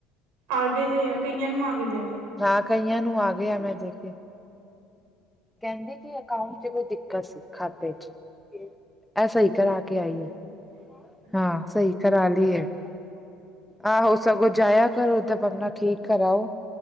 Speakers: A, on the right (about 80°); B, in the centre.
A: ਆ ਗਏ ਦੇ ਆ ਕਈਆਂ ਨੂੰ ਆ ਗਏ ਦੇ ਆ।
B: ਹਾਂ ਕਈਆਂ ਨੂੰ ਆ ਗਏ ਆ ਮੈਂ ਦੇਖ ਕਹਿੰਦੀ ਕਿ ਅਕਾਊਂਟ 'ਚ ਕੋਈ ਦਿੱਕਤ ਸੀ ਖਾਤੇ 'ਚ ਇਹ ਸਹੀ ਕਰਾ ਆਈ
A: ਹਮ ਅੱਛਾ
B: ਹਾਂ ਸਹੀ ਕਰਾ ਲਈ ਹੈ ਆਹੋ। ਸਗੋਂ ਜਾਇਆ ਕਰੋ ਤੇ ਬਣਦਾ ਠੀਕ ਕਰਾਓ।